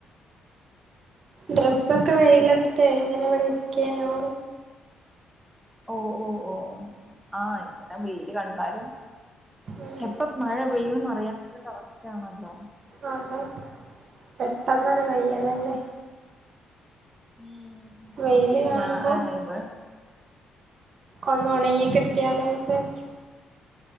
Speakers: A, on the right; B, in the centre.
A: ഡ്രസ്സൊക്കെ വെയിലെത്തിട്ടേ
B: ഹലോ
A: ഇങ്ങനെ ഇവിടെ ഇരിക്കെനു
B: ഓ ഓ ഓ ഓ ആഹ് ഇങ്ങനെ വെയില് കണ്ടാലും.
A: ഉം
B: എപ്പ മഴ പെയ്യും എന്ന് അറിയാൻ പറ്റാത്ത അവസ്ഥയാണല്ലോ.
A: അതെ പെട്ടെന്നാണ് പെയ്യല്ലല്ലേ
B: ഉും
A: വെയില് കാണുമ്പോ
B: ഞാൻ ആഹ് ഇവ
A: ഒന്ന് ഉണങ്ങി കിട്ടിയാലോ വിചാരിക്കും